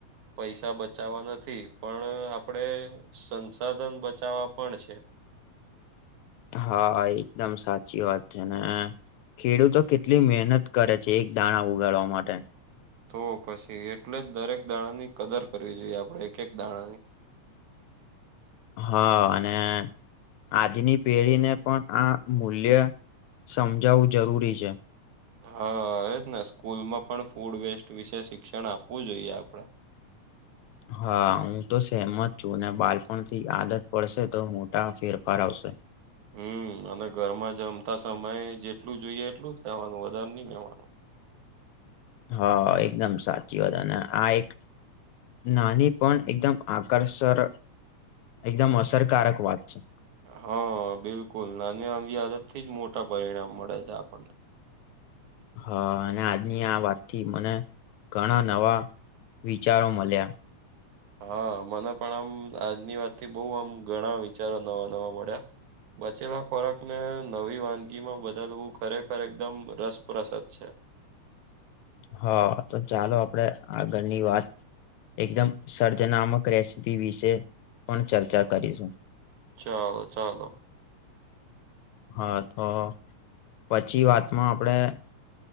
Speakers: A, on the right (about 70°); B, on the left (about 75°).
A: પૈસા બચાવા નથી. પણ આપડે સંસાધન બચાવા પણ છે.
B: હા એકદમ સાચી વાત હે ને. ખેડૂતો કેટલી મહેનત કરે છે એક દાણા ઉગાડવા માટે.
A: તો પછી એટલે જ દરેક દાણાની કદર કરવી જોઈએ આપણે. એક એક દાણાની.
B: હા અને આજની પેઢીને પણ આ મૂલ્ય સમજાવું જરૂરી છે.
A: હા એજ ને સ્કૂલમાં પણ ફૂડ વેસ્ટ વિશે શિક્ષણ આપવું જોઈએ આપણે.
B: હા હું તો સહેમત છું. ને બાલપણથી આદત પડશે તો મોટા ફેરફાર આવશે.
A: હમ અને ઘરમાં જમતા સમયે જેટલું જોઈએ એટલું જ લેવાનું, વધારે નઈ લેવાનું.
B: હા એકદમ સાચી વાત. અને આ એક નાની પણ એકદમ આકર્ષણ, એકદમ અસરકારક વાત છે.
A: હા બિલકુલ. નાની અમથી આદતથી જ મોટા પરિણામ મળે છે આપણને.
B: હા અને આજની આ વાતથી મને ઘણા નવા વિચારો મળ્યા.
A: હા મને પણ આમ આજની વાતથી બહુ આમ ઘણા વિચારો નવા નવા મળ્યા. બચેલા ખોરાકને નવી વાનગીમાં બદલવું ખરેખર એકદમ રસપ્રસદ છે.
B: હા તો ચાલો આપડે આગળની વાત એકદમ સર્જનામક રેસીપી વિશે પણ ચર્ચા કરીશું.
A: ચલો ચલો.
B: હહ તો પછી વાતમાં આપણે